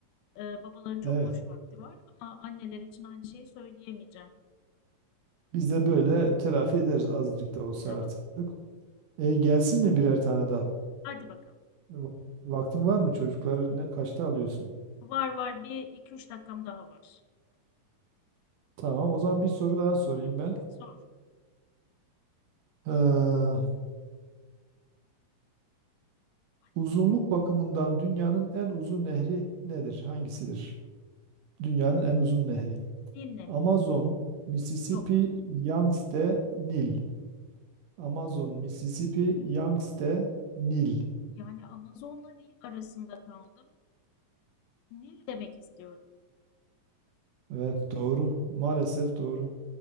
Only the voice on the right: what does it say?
Evet.
Biz de böyle telafi ederiz azıcık da olsa
artık. E, gelsin mi birer tane daha?
Va- Vaktin var mı? Çocukları ne, kaçta alıyorsun?
Tamam, o zaman bir soru daha sorayım ben.
Ee,
uzunluk bakımından dünyanın en uzun nehri nedir? Hangisidir? Dünyanın en uzun nehri.
Amazon, Mississippi,
Yangtze, Nil. Amazon, Mississippi, Yangtze, Nil.
Evet, doğru. Maalesef doğru.